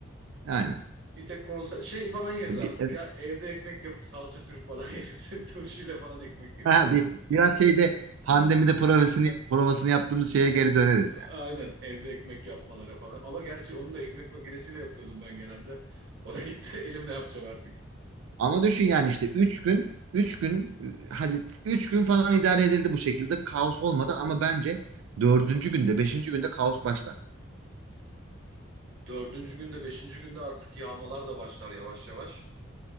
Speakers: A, on the right; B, on the right.
A: Aynen.
B: Bir tek konser şey falan yeriz
A: Bir,
B: artık
A: evet.
B: ya. Evde ekmek yapıp salça sürüp falan <laughs> yeriz. Turşuyla falan ekmek yeriz
A: Aha,
B: öyle.
A: bir, biraz şeyde pandemide provasını, provasını yaptığımız şeye geri döneriz yani.
B: Aynen evde ekmek yapmalara falan. Ama gerçi onu da ekmek makinesiyle yapıyordum ben genelde. O da gitti. <laughs> Elimle yapacağım artık.
A: Ama düşün yani işte üç gün üç gün e, hadi 3 gün falan idare edildi bu şekilde kaos olmadan ama bence dördüncü günde beşinci günde kaos başlar.
B: Dördüncü günde, beşinci günde artık yağmalar da başlar yavaş yavaş.